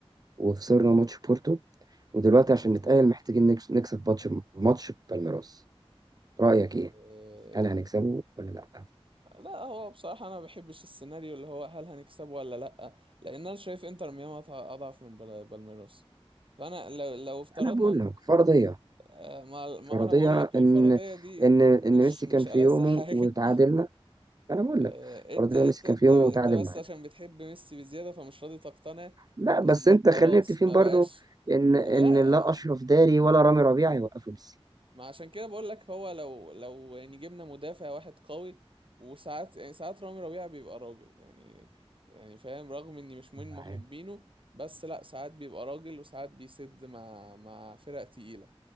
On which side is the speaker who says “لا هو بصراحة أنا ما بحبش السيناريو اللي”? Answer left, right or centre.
Right